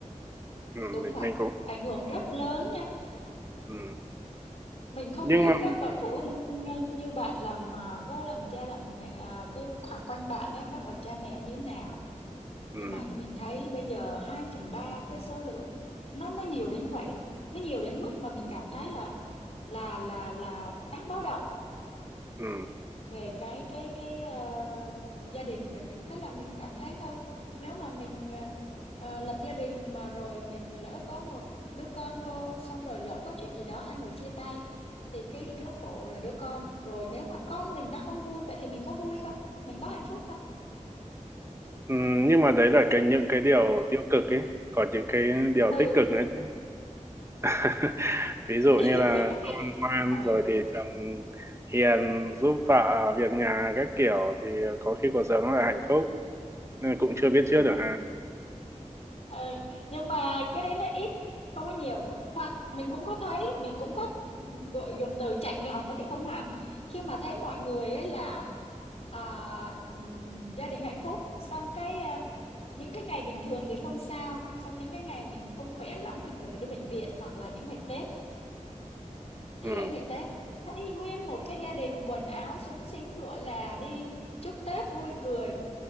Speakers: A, on the right; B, on the left.
A: ừ,
B: đúng
A: mình
B: vậy.
A: mình cũng
B: Ảnh hưởng rất lớn nha.
A: ừ.
B: Mình không
A: nhưng
B: biết
A: mà
B: các bậc phụ huynh ờ, như bạn làm ờ, có làm cha làm mẹ ờ, cái hoặc quanh bạn á các bậc cha mẹ như thế nào.
A: ừ,
B: Nhưng mà như mình thấy bây giờ 2 phần 3 cái số lượng nó nó nhiều đến như vậy đấy. Nó nhiều đến mức mà mình cảm thấy là là là là đáng báo động.
A: ừ,
B: về cái cái cái ờ, gia đình về cái- tức là mình cảm thấy thôi nếu mà mình ờ, ờ, lập gia đình mà rồi mình lỡ có một đứa con vô xong rồi lỡ có chuyện gì đó hai người chia tay thì cái đứa khổ là đứa con rồi nếu mà con mình nó không vui vậy thì mình có vui không mình có hạnh phúc không
A: ừ, nhưng mà đấy là cái những cái điều tiêu cực ấy còn những cái điều
B: ừ
A: tích cực
B: thì
A: nữa
B: tiêu cực
A: chứ. <laughs> ví dụ
B: <laughs>
A: như là con ngoan
B: Ờ,
A: rồi thì chồng hiền giúp vợ việc nhà các kiểu thì có khi cuộc sống là hạnh phúc nên cũng chưa biết
B: ừ.
A: trước được ha
B: Ờ, nhưng mà cái đấy nó ít không có nhiều hoặc mình cũng có thấy mình cũng có gọi dùng từ chạnh lòng thì không hẳn khi mà thấy mọi người ấy là à, ừm, gia đình hạnh phúc xong cái à, những cái ngày bình thường thì không sao xong những cái ngày mình không khỏe lắm mình cần phải đi bệnh viện hoặc là những ngày Tết ngày
A: ừ,
B: lễ ngày Tết thấy nguyên một cái gia đình quần áo súng xính lụa là đi chúc Tết vui cười